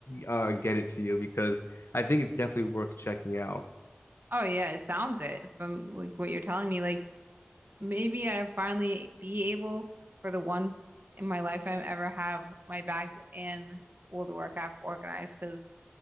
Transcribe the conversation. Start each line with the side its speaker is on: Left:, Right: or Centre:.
Left: uh get it to you because I think it's definitely worth checking out.
Right: Oh yeah, it sounds it from like what you're telling me. Like maybe I'll finally be able to, for the once in my lifetime ever have my bags in World of Warcraft organized because